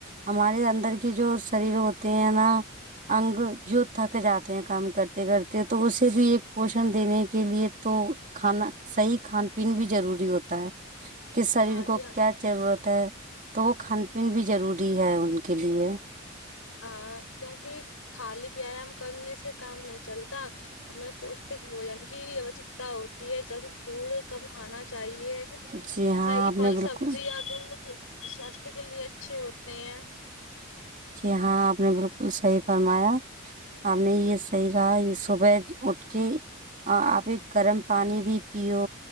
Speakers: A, on the right; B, on the left.
A: ہمارے اندر کی جو شریر ہوتے ہیں نا انگ جو تھک جاتے ہیں کام کرتے کرتے تو اسے بھی ایک پوشن دینے کے لیے تو کھانا صحیح کھان پین بھی ضروری ہوتا ہے کہ شریر
B: ہاں
A: کو
B: جی ہاں
A: کیا ضرورت ہے تو وہ کھان پین بھی ضروری ہے ان کے لیے
B: ہاں کیونکہ خالی ویایام کرنے سے کام نہیں چلتا ہمیں پوشٹک بوجن کی آوشکتا ہوتی ہے جنک فوڈ کم کھانا چاہیے
A: جی ہاں
B: صحیح
A: آپ
B: پھل
A: نے بالکل
B: سبزی یا دودھ سوستھ کے لیے اچھے ہوتے ہیں
A: جی ہاں آپ نے بالکل صحیح فرمایا ہم نے یہ صحیح کہا یہ صبح اٹھ کے اور آپ ایک گرم پانی بھی پیو